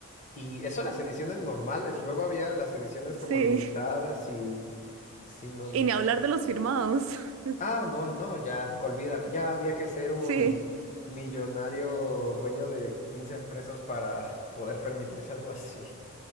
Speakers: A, on the left (about 35°); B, on the right (about 70°).
A: Y eso las ediciones normales, luego había las ediciones
B: Sí,
A: como limitadas y sí, no,
B: y
A: no.
B: ni hablar de los firmados. <laughs>
A: Ah, no, no, ya, olvídalo. Ya había que ser un
B: Sí,
A: millonario dueño de 15 empresas para poder permitirse algo así.